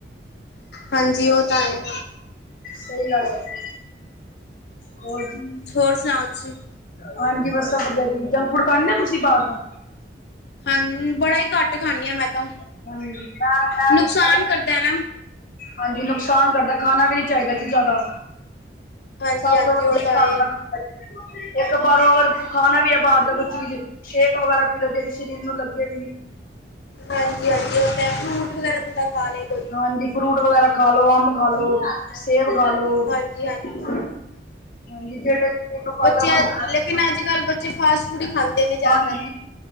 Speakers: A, on the left; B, on the left.
A: ਹਾਂਜੀ ਉਹ ਤਾਂ ਐ
B: ਸਹੀ ਗੱਲ ਐ ਜੀ ਹੋਰ ਜੀ।
A: ਹੋਰ ਸੁਣਾਓ ਤੁਸੀਂ
B: ਹਾਂਜੀ ਬਸ ਵਧੀਆ ਜੀ ਜੰਕ ਫੂਡ ਖਾਦੇ ਉ ਤੁਸੀਂ ਬਾਹਰ ਦਾ
A: ਲਹਾਂ ਜੀ ਬੜਾ ਹੀ ਘੱਟ ਖਾਂਨੀ ਆ ਮੈਂ ਤਾਂ
B: ਹਾਂਜੀ ਮੈਂ ਮੈਂ
A: ਨੁਕਸਾਨ ਕਰਦਾ ਏ ਨਾ
B: ਹਾਂਜੀ ਨੁਕਸਾਨ ਕਰਦਾ ਖਾਣਾ ਵੀ ਨੀ ਚਾਹੀਦਾ ਜੀ ਜ਼ਿਆਦਾ।
A: ਹਾਂਜੀ
B: ਸਭ
A: ਹਾਂਜੀ
B: ਤੋਂ ਵਧੀਆ
A: ਉਹ ਤਾਂ
B: ਘਰ
A: ਹੈ
B: ਦਾ ਖਾਣਾ ਏ ਇੱਕ ਬਾਰਹੋਰ ਖਾਣਾ ਵੀ ਆ ਬਾਹਰ ਦਾ ਕੋਈ ਚੀਜ਼ ਸ਼ੇਕ ਵਗੈਰਾ ਪੀ ਲਓ, ਜਿਹੜੀ ਸਰੀਰ ਨੂੰ ਲੱਗੇ ਵੀ।
A: ਹਾਂਜੀ ਹਾਂਜੀ ਉਥੇ ਫਰੂਟ ਵਗੈਰਾ ਬੰਦਾ ਖਾ ਲਏ ਕੋ
B: ਹਾਂਜੀ ਫਰੂਟ ਵਗੈਰਾ ਖਾ ਲੋ ਅੰਬ ਖਾ ਲੋ ਸੇਬ ਖਾ ਲੋੋ
A: ਹਾਂਜੀ ਹਾਂਜੀ
B: ਹਾਂਜੀ ਜਿਹੜੇ ਤੈਨੂੰ ਫਾਇਦਾਮੰਦ
A: ਬੱਚੇ ਲੇਕਿਨ ਅੱਜ ਕੱਲ ਬੱਚੇ ਫਾਸਟ ਫੂਡ ਹੀ ਖਾਂਦੇ ਨੇ ਜ਼ਿਆਦਾਤਰ
B: ਹਾਂਜੀ।